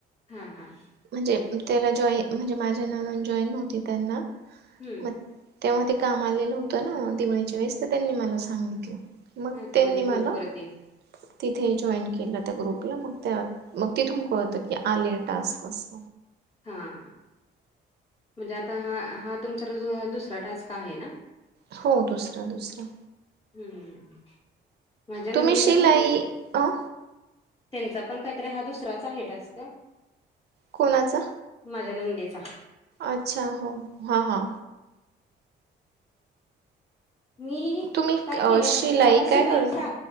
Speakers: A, on the left; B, on the right.
A: हा हा.
B: म्हणजे त्याला जॉई म्हणजे माझ्या ननंद जॉईन होती त्यांना
A: हम्म
B: म तेव्हा ते काम आलेलं होतं ना दिवाळीच्या वेळेस तर त्यांनी मला सांगितलं. मग
A: अच्छा
B: त्यांनी
A: म्हणजे ग्रुपवरती
B: मला तिथे जॉईन केलं त्या ग्रुपला मग त्या मग तिथून कळत की आले टास्क. कस.
A: हां म्हणजे आता हा हा तुमचा दुसरा टास्क आहे ना.
B: हो दुसरा दुसरा.
A: हम्म माझ्या नंदेच
B: तुम्ही शिलाई
A: पण काय
B: अ
A: त्यांचा पण काहीतरी हा दुसराच आहे टास्क.
B: कोणाचा?
A: माझ्या नंदेचा
B: अच्छा हो हा हा.
A: मी
B: तुम्ही
A: काय
B: अ
A: केलं
B: शिलाई
A: म्हणजे मला शिलाईच्या
B: काय कर